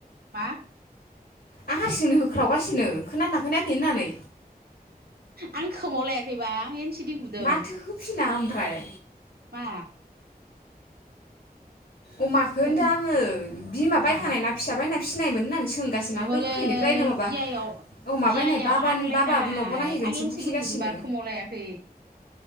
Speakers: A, on the right (about 75°); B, on the left (about 75°).
A: मा?
B: आं हारसिंनो होख्रावगासिनो खोनाना खोनाया होननानै।
A: आं खोमाव लायाखैबा सि डि बुदों
B: माथो होफिना ओमफ्राय,
A: मा?
B: अमाखौ होनदों
A: बुं
B: आङो बिमा
A: मा
B: बायखानाय ना फिसा बायना फिसिनायमोन होननानै सो गासिनो
A: ओहोलै
B: आं दहायनिफ्रायनो माबा,
A: बियायाव
B: औ अमाबायनाय
A: बियायाव
B: बाब
A: आग्लायनाय
B: बाबानि न'बानाय नहैगोनसो
A: आं एन
B: बुखिगासिनो।
A: सि डि बुदोबा खोमाव लायाखै